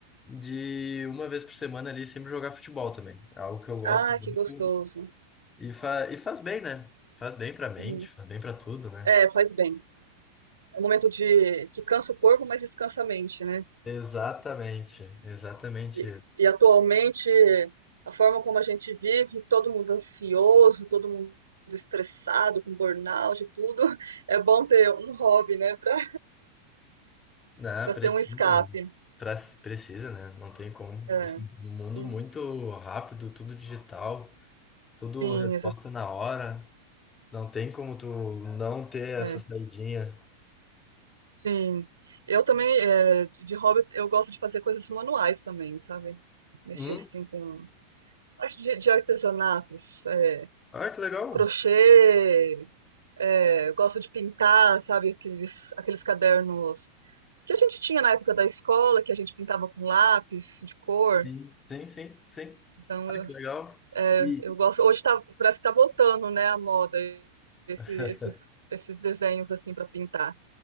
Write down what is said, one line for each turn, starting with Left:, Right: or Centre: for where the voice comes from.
Left: de uma vez por semana ali sempre jogar futebol também. É algo que eu gosto
Right: Ah,
Left: muito
Right: que gostoso.
Left: e, fa e faz bem, né? Faz bem pra mente,
Right: Uhum.
Left: faz bem pra tudo, né?
Right: É, faz bem. É um momento de que cansa o corpo, mas descansa a mente, né?
Left: Exatamente, exatamente
Right: E,
Left: isso.
Right: e atualmente, a forma como a gente vive, todo mundo ansioso, todo mundo estressado, com burnout e tudo, <laughs> é bom ter um hobby, né, para
Left: Não, precisa,
Right: ter um escape.
Left: né? Pra- precisa, né? Não tem como.
Right: É.
Left: Esse mundo
Right: Uhum.
Left: muito rápido, tudo digital, tudo
Right: Sim,
Left: resposta
Right: exa
Left: na hora. Não tem como tu não ter
Right: é.
Left: essa saidinha.
Right: Sim. Eu também, é, de hobby, eu gosto de fazer coisas manuais também, sabe? Mexer
Left: Hum?
Right: assim com parte de, de artesanatos. é.
Left: Ah, que legal.
Right: crochê, é, eu gosto de pintar, sabe, aqueles, aqueles cadernos que a gente tinha na época da escola, que a gente pintava com lápis de cor.
Left: Sim, sim, sim, sim.
Right: Então
Left: Ah, que
Right: eu,
Left: legal. E
Right: eu gosto. Hoje tá, parece que tá voltando, né, a moda, esse,
Left: <laughs>
Right: esses, esses desenhos assim para pintar.